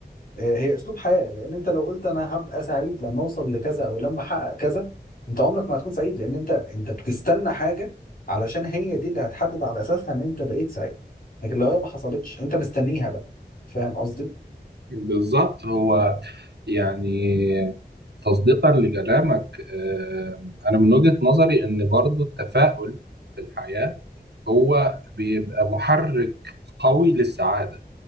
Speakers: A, on the left; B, on the right.
A: آه، هي اسلوب حياه لان انت لو قلت انا هبقى سعيد لما اوصل لكذا او لما احقق كذا انت عمرك ما هتكون سعيد لان انت انت بتستنى حاجه علشان هي دي اللي هتحدد على اساسها ان انت بقيت سعيد لكن لو هي ما حصلتش انت مستنيها بقى فاهم قصدي؟
B: بالظبط هو يعني تصديقا لكلامك آه، أنا من وجهة نظري إن برضو التفاؤل في الحياة هو بيبقى محرك قوي للسعادة